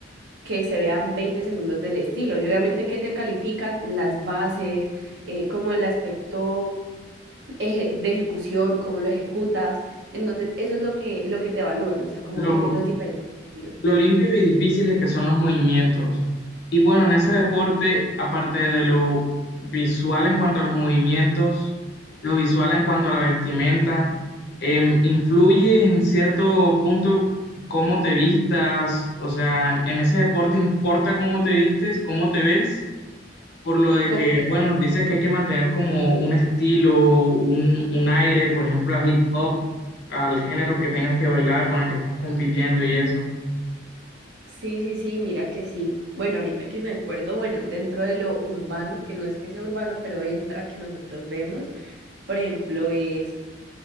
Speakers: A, on the right; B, on the left.
A: que se vean 20 segundos del estilo. Y obviamente que te califican las bases, eh, cómo el aspecto eje- de ejecución, cómo lo ejecutas. Entonces, eso es lo que, lo que te evalúan, o sea, como
B: los,
A: que los diferentes estilos.
B: lo limpio y difíciles que son los movimientos. Y bueno, en ese deporte, aparte de lo visual en cuanto a los movimientos, lo visual en cuanto a la vestimenta, em, influye en cierto punto cómo te vistas, o sea, en, en ese deporte importa cómo te vistes, cómo te ves, por lo de
A: Completamente.
B: que, bueno, dices que hay que mantener como un estilo, un, un aire, por ejemplo, a hip hop, al género que tengas que bailar, con el que estás compitiendo y eso.
A: Sí, sí, sí, mira que sí. Bueno, ahorita que me acuerdo, bueno, dentro de lo urbano, que no es que sea urbano, pero entra, que nosotros vemos, por ejemplo, es,